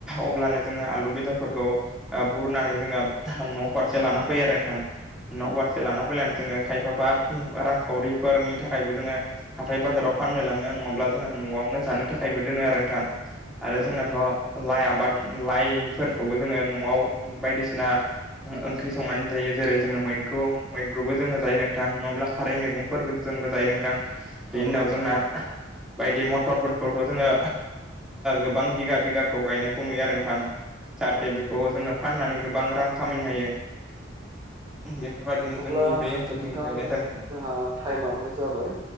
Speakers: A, in the centre; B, on the right.
A: अब्लानो जोङो आलु बेदरफोरखौ बुरनानै जोङो न' फारसे लाना फैयो आरो नोंथां। न'
B: औ
A: फारसे लाना फैनानै जोङो खायफाफा रांखावरिफोरनि थाखायबो जोङो हाथाय बाजाराव फाननो लाङो नङाब्ला जोङो न'आवनो जानो थाखाय फिथाइबो दोनो आरो नोंथां आरो
B: औ
A: जोंनाथ' लाइ आबाद लाइफोरखौबो जोङो न'आव बायदिसिना ओंख्रि संनानै जायो जेरै जोङो मैद्रु मैद्रुबो जोङो जायो नोंथां नङाब्ला खारै मैगंफोर जोंबो जायो नोंथां।
B: औ
A: बेनि उनाव जोंना बायदि मटरफोरखौथ' जोङो गोबां बिगा बिगाखौ गायनायखौ नुयो आरो नोंथां। जाहाथे
B: औ
A: बेखौ जोङो फाननानै गोबां रां खामायनो हायो। बेफोरबादिनो
B: अब्ला
A: जोंनि बे ओनसोलजों
B: नोंथां
A: गायनाय जानो थां
B: जोंहा टाइमाबो जाबाय